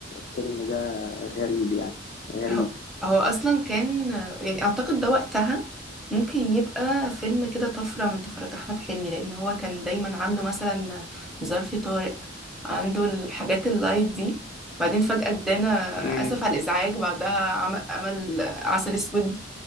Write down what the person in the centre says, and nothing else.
هو هو اصلا كان يعني اعتقد ده وقتها ممكن يبقى فيلم كده طفرة من طفرات احمد حلمي لان هو كان دايما عنده مثلا ظرف طارق عنده الحاجات اللايت دي بعدين فجأة ادانا
اسف على الازعاج بعدها عم- عمل عسل اسود